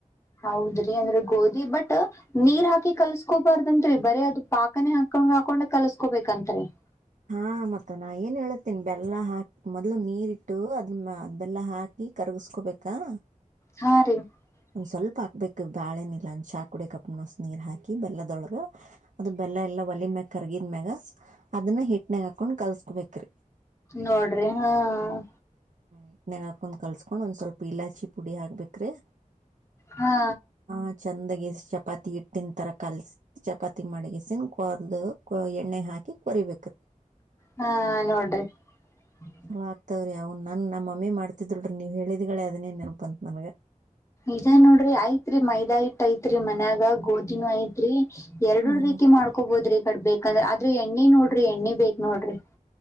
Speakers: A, on the left; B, on the right.
A: ಹೌದ್ರಿ, ಅಂದ್ರೆ ಗೋಧಿ, ಬಟ್ ನೀರ್ ಹಾಕಿ ಕಲ್ಸ್ಕೋಬಾರ್ದಂರಿ, ಬರೇ ಅದು ಪಾಕನೆೇ ಹಾಕ್! <inaudible> ಸುಮ್ನೇ, ಹಾಕೊಂಡ್ ಕಲ್ಸ್ಕೋಬೇಕಂತ್ರಿ? <inaudible>
B: ಹಾ ಮತ್ತ ನಾ ಏನ್ ಹೇಳತೇನಿ! ಬೆಲ್ಲ ಹಾಕಿ ಮೊದ್ಲು ನೀರಿಟ್ಟು ಅದು ಅದ್ ಬೆಲ್ಲ ಹಾಕಿ. <inaudible> ನೀ, ಕರ್ಗಿಸಕೋಬೇಕಾ? <inaudible>
A: ಹಾ, ರೀ? <inaudible>
B: ಒಂದ್ ಸ್ವಲ್ಪ ಹಾಕ್ಬೇಕು! ಬಾಳೆನಿಲ್ಲ, ಚಾ ಕುಡಿಯಷ್ಟು, ಕಪ್ ನೀರ್ ಹಾಕಿ ಬೆಲ್ಲದೊಳಗ ಅದು ಬೆಲ್ಲ ಎಲ್ಲ. <inaudible> ಎಲ್ಲಾ ಒಳಗೆ, ಮೇಲ ಕರ್ಗಿದ ಮ್ಯಾಗ ಅದನ್ನ ಹಿಟ್ನಾಗ ಹಾಕೊಂಡ್ ಕಲ್ಸ್ಕೋಬೇಕ್ರಿ? <inaudible>
A: ನೋಡ್ರಿ, ಹಾ. <inaudible>
B: ಒಲೆನಾಗಾ, ಹಾಕೊಂಡ್ ಕಲ್ಸ್ಕೊಂಡ್! ಒಂದ್ ಸ್ವಲ್ಪ ಇಲಾಚಿ ಪುಡಿ ಹಾಕ್ಬೇಕ್ರಿ. <inaudible>
A: ಹಾ
B: ಹ, ಚಂದಾಗಿಷ್ಟ. <inaudible> ಚಪಾತಿ ಹಿಟ್ಟಿನ ತರ ಕಲ್ಸಿ, ಚಪಾತಿ ಮಡಗಸನ್ ಕೊರ್ದು ಎಣ್ಣೆ ಹಾಕಿ ಕೊರಿಬೇಕು. <inaudible>
A: ಹಾ, ನೋಡು? <inaudible>
B: ಚಲೋ ಆಗ್ತಾವ್ರಿ ಅವ್ ನನ್ ನಮ್ಮಮ್ಮಿ ಮಾಡ್ತಿದ್ಲ್ೀ ನೀವ್ ಹೇಳಿದಿಗಳೆ ಅದನ್ನೇ ನೆಲ್ಪಂತತ್ ನನ್ಗ
A: ಇದ ನೋಡ್ರಿ ಆಐತ್ರಿ ಮೈದಾ ಇಟ್ಟ ಐತ್ರಿ ಮನ್ಯಾಗ ಗೋಧಿನೂ ಐತ್ರಿ ಎರಡು
B: ಹ್ಮ್
A: ರೀತಿ ಮಾಡ್ಕೋಬೋದ್ರಿ ಈ ಕಡ್ ಬೇಕಂದ್ರ ಆದ್ರೂ ಎಣ್ಣಿ ನೋಡ್ರಿ ಎಣ್ಣಿ ಬೇಕಕ್ ನೋಡ್ರಿ